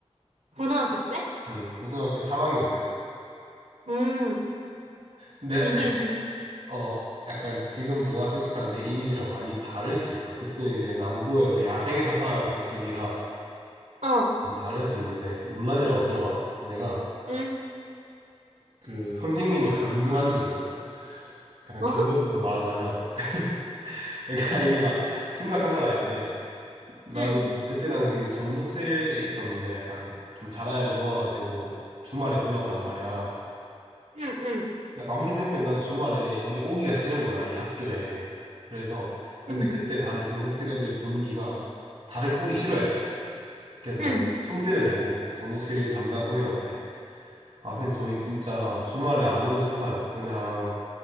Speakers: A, on the right (about 80°); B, on the right (about 55°).
A: 고등학교 때?
B: 음, 고등학교 3학년 때야.
A: 응.
B: 내,
A: 얘기해 줄래?
B: 어, 약간 지금 너가 생각하는 내 이미지랑 많이 다를 수 있어. 그때는 이제 남고에서 야생에서 살아남던 시기라
A: 어.
B: 좀 다를 수 있는데, 놀라지 말고 들어봐. 내가
A: 응.
B: 그 선생님을 감금한 적이 있어. 약간
A: 어?
B: 결론부터 말하자면 <laughs> 그러니까 이게 막 심각한 건 아닌데 나는
A: 응.
B: 그때 당시 정독실에 있었는데 약간 좀 잘한 애를 모아가지고 주말에 불렀단 말이야.
A: 응. 응.
B: 근데 아무리 생각해도 난 주말에 여기 오기가 싫은 거야 이 학교에. 그래서 근데
A: 응.
B: 그때 다들 정독실 애들 분위기가 다들 오기 싫어했어. 그래서
A: 응.
B: 내가 총대를 메고 정독실 담당 선생님한테 아 선생님 저희 진짜 주말에 안 오고 싶어요. 그냥